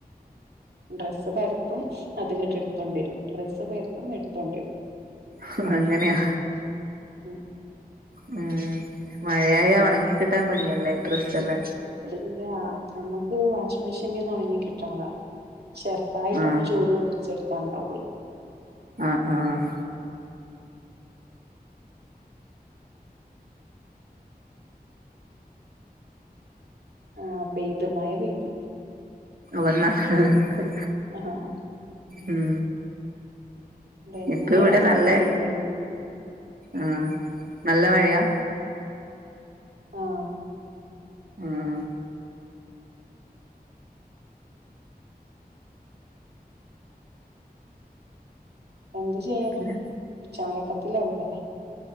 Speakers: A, on the right (about 80°); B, on the right (about 65°).
A: ഡ്രസ്സ് പരത്തും അത്ങ്ങിട്ട് എടുത്തൊണ്ട വരും ഡ്രസ്സ് പരുത്തും എടുത്തൊണ്ട വരും
B: ഹ്ഹങ്ങനെയാ
A: <inaudible>
B: ഉം മഴയായാ ഒണങ്ങി കിട്ടാൻ പണിയല്ലേ ഡ്രസ്സെല്ല
A: ഇല്ലാ നമുക്ക് വാഷിംഗ മെഷീനീന്നൊണങ്ങി കിട്ടണതാ ചെറുതായിട്ടൊന്ന്
B: ആഹ്
A: ചൂടുടിപ്പിച്ചെടുത്താ ഉണ്ടാവുള്ളൂ
B: ആഹ് ആഹ്
A: ആഹ് പെയ്ത് മഴ പെയ്ത്
B: വന്നാ ഹ്ഹഹ
A: ആഹ്
B: ഉം
A: ഇതന്നെ
B: ഇപ്പവിടെ
A: കഥ
B: നല്ലെ
A: പെയ്യല്
B: ആഹ് നല്ല മഴയാ
A: ആഹ്
B: ആഹ്
A: എന്ത് ചെയ്യണ്
B: പിന്നെ
A: ഉച്ചമയക്കത്തിലാവൂല്ലേ